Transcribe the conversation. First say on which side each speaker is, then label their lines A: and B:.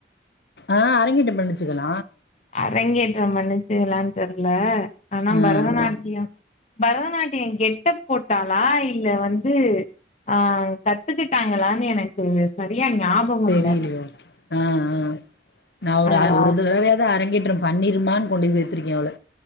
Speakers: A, on the left; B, on the left.
A: ஆ அரங்கிட்டு பண்ணிச்சுக்கலா
B: அரங்கேற்ற பண்ணு இதுகளான் தெர் ல ஆனா
A: ஆ
B: பரதநாட்டியம் பரதநாட்டிய கெட்டப் போட்டாளா இல்ல வந்து ஆ கத்துக்கிட்டாங்களானு எனக்கு ஞாபகோ
A: தெரிலியோ
B: இல்ல
A: ஆ ஆ நா ஒரு
B: அதா
A: ஒரு தடவயாது அரங்கேற் றம் பண்ணிருமானு கொண்டே சேத்ருக்கே அவள